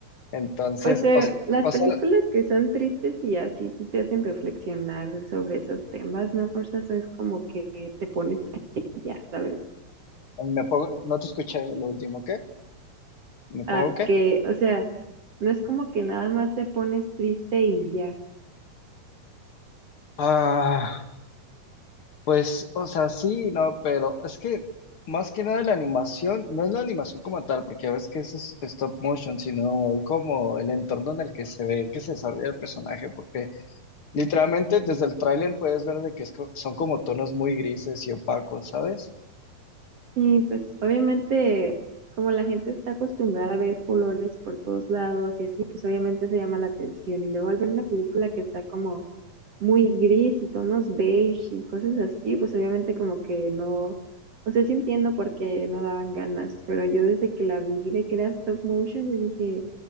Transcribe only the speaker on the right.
Pues eh,
las
películas
que son tristes y así sí te hacen reflexionar sobre esos temas, no fuerzas es como que te pones triste y ya, ¿sabes?
A
que, o sea, no es como que nada más te pones triste y ya.
Sí, pues obviamente como la gente está acostumbrada a ver colores por todos lados y así, pues obviamente se llama la atención. Y luego al ver una película que está como muy gris y tonos beige y cosas así, pues obviamente como que no, o sea, sí entiendo por qué no daban ganas, pero yo desde que la vi de que era stop motion, yo dije,